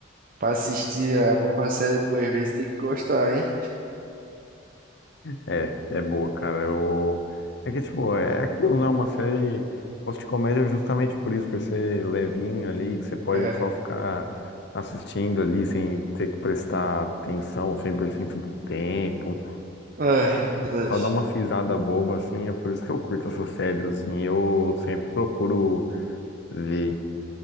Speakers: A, on the right; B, on the left.
A: pra assistir a mesma série duas vezes tem que gostar, hein?
B: É, é boa, cara. Eu... É que, tipo, é aquilo, né? Uma série gosto de comédia justamente por isso, por ser levinho ali, que você pode
A: É.
B: só ficar assistindo ali sem ter que prestar atenção 100% do tempo.
A: Ah, é verdade.
B: Só dar uma risada boba, assim. É por isso que eu curto essas séries, assim. Eu sempre procuro ver